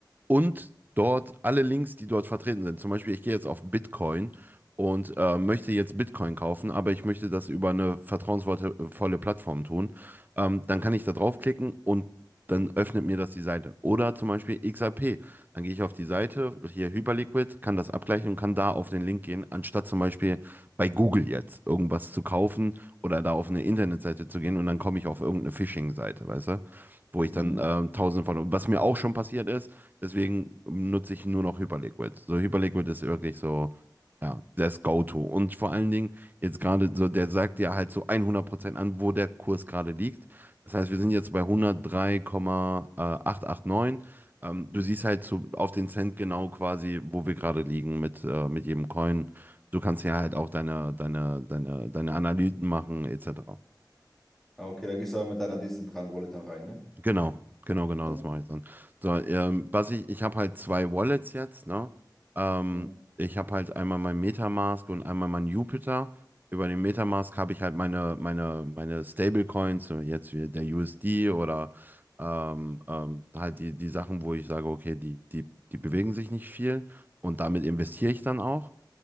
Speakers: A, on the right; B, in the centre.
A: und dort alle Links, die dort vertreten sind. Zum Beispiel, ich gehe jetzt auf Bitcoin und äh, möchte jetzt Bitcoin kaufen, aber ich möchte das über eine vertrauensvolle volle Plattform tun ähm, dann kann ich da draufklicken und dann öffnet mir das die Seite. Oder zum Beispiel XRP. Dann gehe ich auf die Seite, hier Hyperliquid, kann das abgleichen und kann da auf den Link gehen, anstatt zum Beispiel bei Google jetzt irgendwas zu kaufen oder da auf eine Internetseite zu gehen und dann komme ich auf irgendeine Phishing-Seite, weißt du? Wo ich
B: Mhm.
A: dann ähm, tausende von, was mir auch schon passiert ist, deswegen nutze ich nur noch Hyperliquid. So Hyperliquid ist wirklich so, ja, das Go-To. Und vor allen Dingen jetzt gerade so, der sagt dir halt so 100% an, wo der Kurs gerade liegt das heißt, wir sind jetzt bei 103,889. Ähm,
B: Mhm.
A: du siehst halt so auf den Cent genau quasi, wo wir gerade liegen mit, äh, mit jedem Coin. Du kannst ja halt auch deine, deine, deine, deine Analysen machen, etc.
B: Ah, okay, da gehst du aber mit deiner dezentralen Wallet dann rein, ne?
A: Genau, genau, genau,
B: Mhm.
A: das mache ich dann. So, ähm, was ich, ich habe halt zwei Wallets jetzt, ne? Ähm,
B: Mhm.
A: ich habe halt einmal mein Metamask und einmal mein Jupiter. Über den Metamask habe ich halt meine, meine, meine Stablecoins, so jetzt wie der USD oder ähm, ähm, halt die, die Sachen, wo ich sage, okay, die, die, die bewegen sich nicht viel und damit investiere ich dann auch.